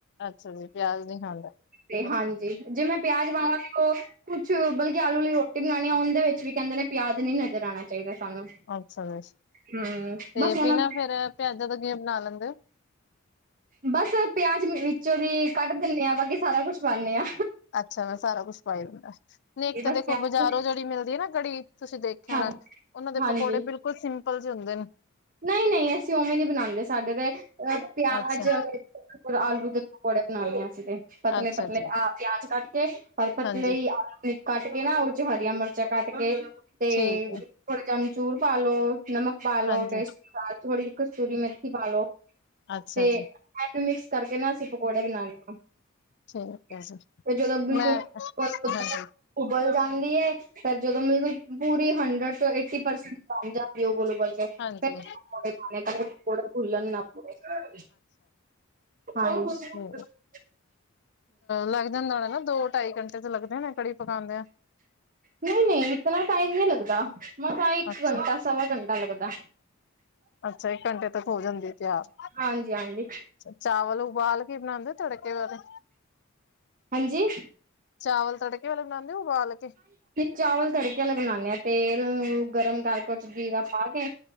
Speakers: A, on the left (about 55°); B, on the right (about 40°).
A: ਅੱਛਾ ਜੀ, ਪੇਆਜ ਨੀ ਖਾਂਦੇ।
B: ਤੇ ਹਾਂਜੀ, ਜੇ ਮੈਂ ਪੇਆਜ ਪਾਵਾਂ ਫੇਰ ਓ ਕੁੱਛ ਬਲਕਿ ਆਲੂ ਵਾਲੀ ਰੋਟੀ ਬਨਾਨੀ ਆਂ ਓਂਦੇ ਵਿੱਚ ਵੀ ਕੈਂਦੇ ਨੇ ਪੇਆਜ਼ ਨੀ ਨਜਰ ਆਣਾ ਚਾਈਦਾ ਸਾਨੂੰ।
A: ਅੱਛਾ ਦਸ,
B: ਹਮ
A: ਤੇ
B: ਬਸ ਉਹਨਾਂ
A: ਬਿਨਾਂ ਫੇਰ ਪੇਆਜਾਂ ਤੋਂ ਕਿਂਵੇ ਬਨਾ ਲੈਂਦੇ ਓ?
B: ਬੱਸ ਪੇਆਜ ਵਿੱਚੋਂ ਦੀ ਕੱਡ ਦਿੰਨੇ ਆਂ ਬਾਕੀ ਸਾਰਾ ਕੁੱਛ ਪਾਂਨੇ ਆਂ।
A: ਅੱਛਾ ਮੈਂ ਸਾਰਾ ਕੁਛ ਪਾਈ ਦਿਤਾੱ, ਨੀ ਇੱਕ ਤੇ
B: ਬਸ
A: ਦੇਖੋ
B: ਪਿਆਜ
A: ਬਾਜਾਰੋਂ ਜੇੜੀ ਮਿਲਦੀ ਏ ਨਾ ਕੜੀ ਤੂਸੀ ਦੇਖ ਖੇਆ
B: ਹਾਂਜੀ
A: ਹੋਣਾ, ਓਨਾਂ ਦੇ
B: ਹਾਂਜੀ
A: ਪਕੌੜੇ ਬਿਲਕੁਲ ਸਿੰਪਲ ਜੇ ਹੁੰਦੇਨ।
B: ਨਹੀਂ, ਨਹੀਂ ਅਸੀ ਉਵੇਂ ਨੀ ਬਨਾਂਦੇ, ਸਾਡੇ ਤੇ ਅ ਪੇਆਜ
A: ਅੱਛਾ,
B: ਔਰ ਆਲੂ ਦੇ ਪਕੌੜੇ ਬਨਾਨੇ ਆ ਅਸੀ ਤੇ ਪਤਲੇ
A: ਅੱਛਾ
B: ਪਤਲੇ
A: ਜੀ
B: ਆ ਪੇਆਜ ਕਾੱਟ ਕੇ ਪਤਲੇ
A: ਹਾਂਜੀ
B: ਈ ਆਲੂ ਕਾੱਟ ਕੇ ਨਾ ਉਚ ਹਰੀਆਂ ਮਰਚਾਂ ਕਾੱਟ ਕੇ ਤੇ,
A: ਠੀਕ
B: ਥੋੜਾ
A: ਹੈ
B: ਜਾ ਅਮਚੂਰ ਪਾ ਲੋ ਨਮਕ ਪਾਲੋ
A: ਹਾਂਜੀ।
B: ਟੇਸਟ ਅਨੂਸਾਰ ਥੋੜੀ ਜੀ ਕਸੂਰੀ ਮੇਥੀ ਪਾਲੋ
A: ਅੱਛਾ
B: ਤੇ
A: ਜੀ।
B: ਐਨੂੰ ਮਿਕਸ ਕਾਰਕੇ ਨਾ ਅਸੀ <unintelligible>
A: ਠੀਕ ਹੈ ਜੀ ਮੈਂ ਹਾਂਜੀ।
B: ਉਬਲ ਜਾਂਦੀ ਐ ਫੇਰ ਜਦੋਂ ਮਿਲਕੁਲ ਪੂਰੀ ਹੰਡਰਡ ਟੂ ਏਟੀ ਪਰਸੈਂਟ ਬਨ ਜਾਂਦੀ ਐ ਉਬਲ, ਉਬਲ ਕੇ।
A: ਹਾਂਜੀ
B: <unintelligible> ਹਾਂਜੀ ਹਮ
A: ਹੂੰ ਲੱਗ ਜਾਂਦਾ ਹੋਣਾ ਨਾ, ਦੋ ਟਾਈ ਘੰਟੇ ਤੇ ਲੱਗਦੇ ਨੇ ਕੜੀ ਪਕਾਦੇਆਂ।
B: ਨਹੀਂ, ਨਹੀਂ ਇਤਨਾ ਟਾਈਮ ਨੀ ਲੱਗਦਾ ਮਸਾਂ ਇੱਕ
A: ਅੱਛਾ,
B: ਘੰਟਾ, ਸਵਾ ਘੰਟਾ ਲੱਗਦੈ।
A: ਅੱਛਾ ਇੱਕ ਘੰਟੇ ਤੱਕ ਹੋ ਜਾਂਦੀ ਤਿਆਰ।
B: ਹਾਂਜੀ ਹਾਂਜੀ
A: ਚਾਵਲ ਉਬਾਲ ਕੇ ਬਣਾਉਦੇ ਤੜਕੇ ਵਾਲੇ।
B: ਹਾਂਜੀ
A: ਚਾਵਲ ਤੜਕੇ ਵਾਲੇ ਬਣਾਉਂਦੇ ਹੋ ਉਬਾਲ ਕੇ?
B: ਚਾਵਲ ਤੜਕੇੇ ਬਣਾਦੇ ਹਾ ਤੇਲ ਨੂੰ ਗਰਮ ਕਰਕੇ, ਉਹ ਚ ਜੀਰਾ ਪਾ ਕੇ